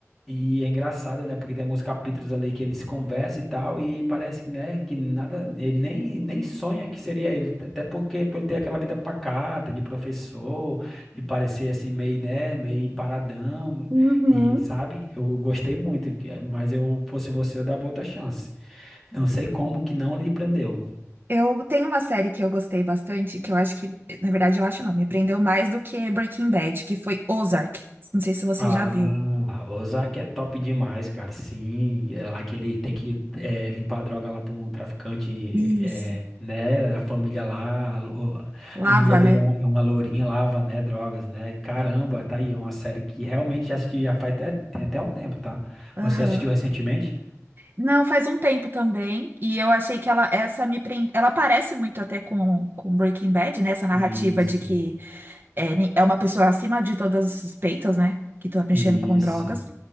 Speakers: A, in the centre; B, on the right.
A: e é engraçado, né? Porque tem alguns capítulos ali que eles conversam e tal, e parece que, né, que nada, ele nem, nem sonha que seria ele, até porque por ele ter aquela vida pacata de professor, e parecer assim meio, né, meio paradão,
B: Uhum.
A: e sabe? Eu gostei muito, que- mas eu fosse você, eu dava outra chance. Não sei como que não lhe prendeu.
B: Eu tenho uma série que eu gostei bastante, que eu acho que, na verdade, eu acho não, me prendeu mais do que Breaking Bad, que foi Ozark. Não sei se você
A: Ah,
B: já viu.
A: Ozark é top demais, cara. Sim, é lá que ele tem que é, limpar a droga lá para um traficante,
B: Isso.
A: é, né? A família lá, a, lo-
B: Lava,
A: a mulher dele
B: né?
A: é, um- é uma lourinha, lava, né? Drogas, né? Caramba, tá aí. É uma série que realmente já assisti, já faz até, tem até um tempo, tá?
B: Aham.
A: Você assistiu recentemente?
B: Não, faz um tempo também, e eu achei que ela essa me prende, ela parece muito até com com Breaking Bad, né? Essa narrativa
A: Isso,
B: de que é, ni- é uma pessoa acima de todas as suspeitas, né? Que tá mexendo
A: isso.
B: com drogas.